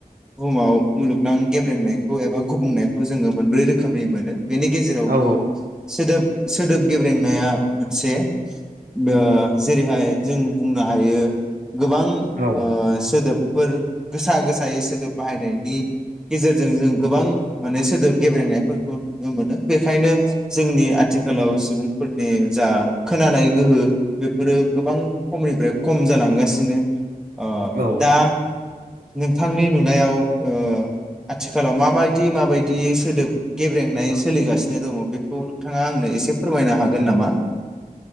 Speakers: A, in the centre; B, on the right.
A: बुहुमाव मुलुगनां गेब्रेंनायखौ एबा गुबुंनायखौ जोङो मोनब्रै रोखोमनि मोनो। बेनि गेजेरावबो
B: औ
A: सोदोब सोदोब गेब्रेंनाया मोनसे ओ जेरैहाय जों बुंनो हायो गोबां
B: औ
A: ओ सोदोब फोर गोसा गोसायै सोदोब बाहायनायनि गेजेरजों जों गोबां माने सोदोब गेब्रेंनायफोरखौ नुनो मोनो बेखायनो जोंनि आथिखालाव सुबुंफोरनि जा खोनानाय गोहो बेफोरो गोबां खमनिफ्राय खम जालांगासिनो अ
B: औ
A: दा नोंथांनि नुनायाव ओ आथिखालाव माबायदि माबायदि सोदोब गेब्रेंनाय सोलिगासिनो दङ। बेखौ नोंथाङा आंनो एसे फोरमायनो हागोन नामा?